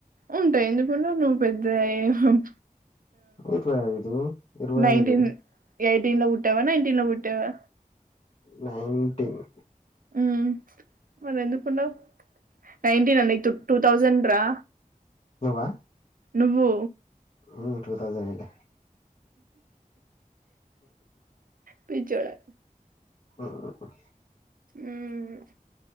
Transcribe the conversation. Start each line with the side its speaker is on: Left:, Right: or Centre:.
Right: ఉంటాయి ఎందుకు ఉండవ్ నువ్వు పెద్ద ఎం
Left: ఇరవై ఐదు ఇరవై
Right: నైన్టీన్
Left: ఐదు
Right: ఎయిటీన్ లో పుట్టావా నైన్టీన్ ల పుట్టావా
Left: నైన్టీన్
Right: మ్మ్ మరెందుకుండవ్ నైన్ టీన్ టు థౌసండ్ రా
Left: నువా
Right: నువ్వు
Left: ఉమ్మ్ టూతౌసండ్ ఎయిట్
Right: పిచ్చోడా
Left: ఉమ్మ్ ఉ
Right: ఉమ్మ్